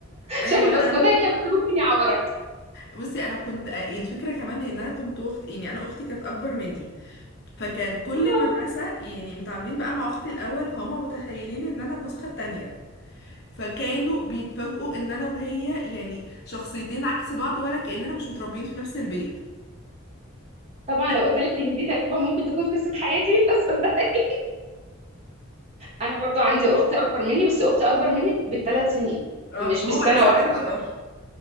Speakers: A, on the left; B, on the right.
A: ايوه
B: شكل بسكوتيه
A: انا انا كنت-
B: بس ممكن يعورك
A: بصي انا كنت آه، الفكره كمان ان انا كنت اخت يعني انا اختي كانت اكبر مني فكان كل
B: آه.
A: المدرسة يعني متعاملين بقى مع أختي الأول فهم متخيلين إن أنا النسخة التانية فكانوا بيتفاجئوا إن أنا وهي يعني شخصيتين عكس بعض ولا كأننا مش متربيين في نفس البيت
B: طبعا
A: <laughs>
B: لو قلت لك ان دي تقريبا ممكن تكون قصه حياتي <laughs> مش هصدقك انا برضو عندي اختي اكبر مني بس اختي اكبر مني بثلاث سنين
A: اه
B: مش
A: ما
B: بالسنه
A: هو نفس
B: واحده
A: الرينج اه